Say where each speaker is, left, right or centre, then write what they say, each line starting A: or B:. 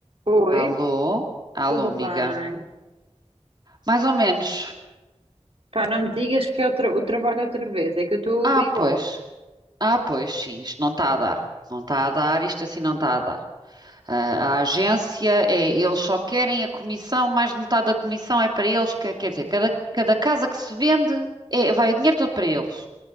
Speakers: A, on the right; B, on the right.
A: Oi,
B: Alô? Alô,
A: tudo
B: amiga.
A: bem?
B: Mais ou menos.
A: Pá, não me digas que é o, tra- o trabalho outra vez, é que eu estou
B: Ah,
A: igual.
B: pois. Ah, pois, sim, isto não está a dar. Não está a dar, isto assim não está a dar. Ah, a agência, é, eles só querem a comissão, mais de metade da comissão é para eles. que- Quer dizer, cada, cada casa que se vende, é, vai o dinheiro todo para eles.